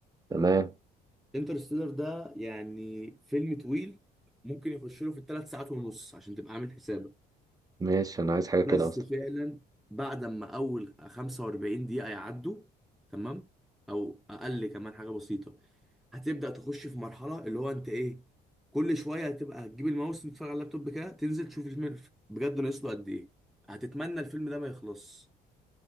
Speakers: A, on the right; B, in the centre.
A: تمام
B: انترستيلر ده يعني فيلم طويل ممكن يخش له في الثلاث ساعات ونص عشان تبقى عامل حسابك
A: ماشي أنا عايز حاجة كده
B: بس
A: أصلا
B: فعلا بعد ما اول 45 دقيقة يعدوا تمام او اقل كمان حاجة بسيطة هتبدأ تخش في مرحلة اللي هو انت ايه كل شوية هتبقى هتجيب الماوس تتفرج على اللابتوب كده تنزل تشوف الفيلم بجد ناقص له قد ايه هتتمنى الفيلم ده ما يخلص